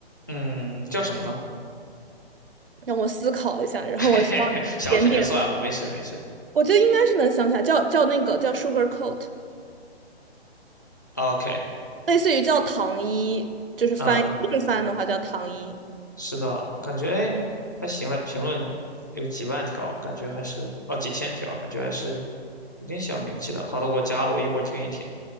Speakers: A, on the left; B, on the right.
A: 嗯，叫什么呢？
B: 让我思考一下，然后我需要一点点，
A: <laughs> 嘿嘿嘿，想不起来就算了，没事没事。
B: 我觉得应该是能想起来，叫叫那个叫 Sugar Coat，
A: OK，
B: 类似于叫糖衣，就是翻硬翻的话叫糖衣。
A: 嗯，是的，感觉哎还行嘞，评论有几万条，感觉还是哦几千条，感觉还是有点小名气的。好的，我加了，我一会儿听一听。